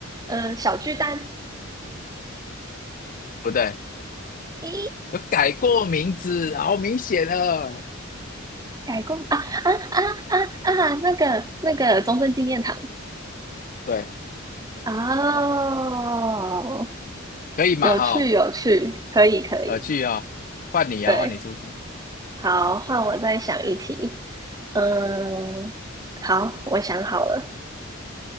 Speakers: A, on the right (about 20°); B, on the left (about 40°).
A: 嗯，小巨蛋。
B: 不对，
A: 咦，
B: 有改过名字，好明显了。
A: 改过啊啊啊啊啊！那个那个中正纪念堂，
B: 对，
A: 哦，
B: 可以嘛哈，
A: 有趣有趣，可以可以，
B: 我去哦，换你啊，
A: 对，
B: 换你出题。
A: 好，换我再想一题。嗯，好，我想好了，